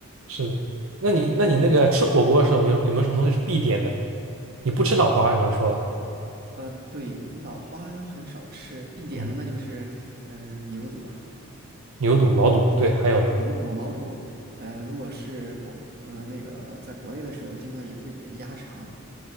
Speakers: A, on the right; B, on the right.
A: 是的。那你那你那个吃火锅的时候，有没有有没有什么东西是必点的？你不吃脑花，刚刚说了，
B: 呃，对，脑花很少吃，必点的那就是嗯、
A: 嗯，
B: 呃牛肚啊，
A: 牛肚、毛肚，对，还有呢，
B: 牛肚、毛肚。呃，如果是国嗯、呃那个在国内的时候，经常也会点鸭肠，